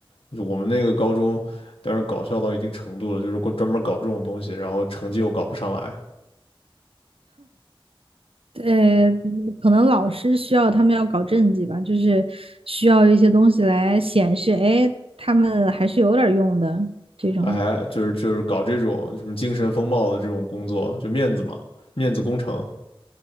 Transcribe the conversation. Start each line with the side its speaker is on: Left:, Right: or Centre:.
Left: 就是我们那个高中，当时搞笑到一定程度了，就是过专门搞这种东西，然后成绩又搞不上来，
Right: 呃，嗯可能老师需要他们要搞政绩吧，就是需要一些东西来显示，哎，他们还是有点儿用的这种。
Left: 哎，就是就是搞这种什么精神风貌的这种工作，就面子嘛，面子工程，